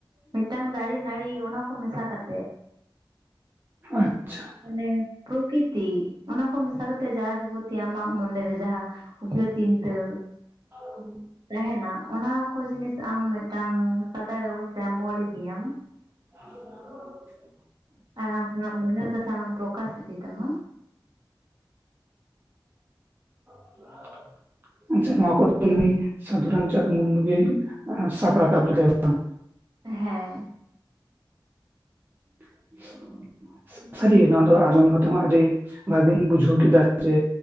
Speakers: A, on the right (about 55°); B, on the right (about 25°).
A: ᱢᱤᱫᱴᱟᱝ ᱫᱟᱨᱮ ᱱᱟᱹᱲᱤ, ᱚᱱᱟ ᱠᱚ ᱢᱮᱥᱟ ᱠᱟᱛᱮᱫ᱾
B: ᱟᱪᱪᱷᱟ ᱾
A: ᱢᱟᱱᱮ ᱯᱨᱚᱠᱤᱛᱤ, ᱚᱱᱟ ᱠᱚ ᱢᱮᱥᱟ ᱠᱟᱛᱮᱜ ᱡᱟ ᱡᱩᱵᱚᱛᱤ ᱟᱢᱟᱜ ᱢᱚᱱᱮᱨᱮ ᱡᱟᱦᱟᱸ ᱩᱭᱦᱟᱹᱨ ᱪᱤᱱᱛᱟᱹ᱾
B: ᱚ <unintelligible>
A: ᱛᱟᱦᱮᱱᱟ᱾ ᱚᱱᱟ ᱠᱚ ᱡᱤᱱᱤᱥ ᱟᱢ ᱢᱤᱫᱴᱟᱝ ᱥᱟᱫᱟ ᱠᱟᱜᱚᱡᱽ ᱨᱮᱢ ᱚᱞ ᱤᱫᱤᱭ ᱟᱢ᱾
B: ᱦ <unintelligible>
A: ᱟᱨ ᱢᱚᱱᱮᱨ ᱠᱟᱛᱷᱟ ᱟᱢᱮᱢ ᱯᱨᱳᱠᱟᱥ ᱤᱫᱤ ᱛᱟᱢᱟ᱾
B: <inaudible> ᱟᱪᱪᱷᱟ ᱱᱚᱣᱟ ᱠᱚᱫᱚ ᱱᱩᱭ ᱥᱟᱫᱷᱩᱨᱟᱢᱪᱟᱸᱫᱽ ᱢᱩᱨᱢᱩ ᱜᱮ ᱥᱟᱯ ᱨᱟᱠᱟᱵ ᱞᱮᱫᱟᱭ ᱵᱟᱝ?
A: ᱦᱮᱸ᱾
B: <inaudible> ᱥᱟᱹᱨᱤ ᱱᱚᱣᱟ ᱫᱚ ᱟᱸᱡᱚᱢ ᱠᱟᱛᱮᱜ ᱦᱚᱸ ᱟᱹᱰᱤ ᱵᱷᱟᱜᱤᱧ ᱵᱩᱡᱷᱟᱹᱣ ᱠᱮᱫᱟ᱾ ᱡᱮ